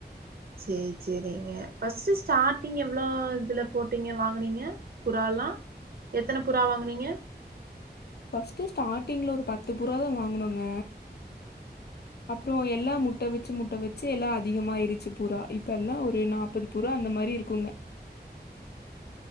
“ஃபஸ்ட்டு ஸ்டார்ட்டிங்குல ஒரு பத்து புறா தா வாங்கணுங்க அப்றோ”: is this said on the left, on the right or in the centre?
Left